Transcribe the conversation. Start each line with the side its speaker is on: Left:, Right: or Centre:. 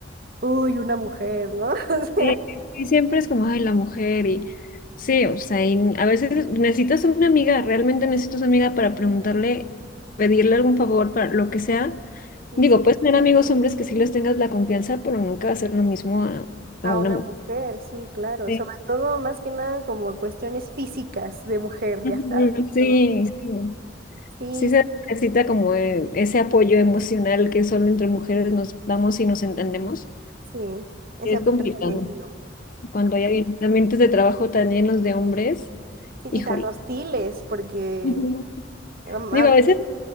Right: uy, una mujer, ¿no? <laughs> O sea,
Left: Sí, sí, siempre es como, ay, la mujer y sí, o sea, y a veces necesitas una amiga, realmente necesitas una amiga para preguntarle, pedirle algún favor, para lo que sea.
Right: y
Left: Digo,
Right: s-
Left: puedes tener amigos hombres que sí les tengas la confianza, pero nunca hacer lo mismo a, a
Right: a
Left: una
Right: una
Left: mujer.
Right: mujer, sí, claro,
Left: Sí,
Right: sobre todo más que nada como cuestiones físicas de mujer,
Left: Ujú,
Right: ya sabes,
Left: sí,
Right: ¿no?
Left: sí,
Right: Sí,
Left: Sí se necesita como eh, ese apoyo emocional que solo entre mujeres nos damos y nos entendemos.
Right: sí, ese
Left: Es
Right: apoyo
Left: complicado
Right: femenino.
Left: cuando hay ambientes de trabajo tan llenos de hombres,
Right: Sí,
Left: híjole.
Right: y tan hostiles porque...
Left: Ujú.
Right: am-
Left: Digo,
Right: a,
Left: a veces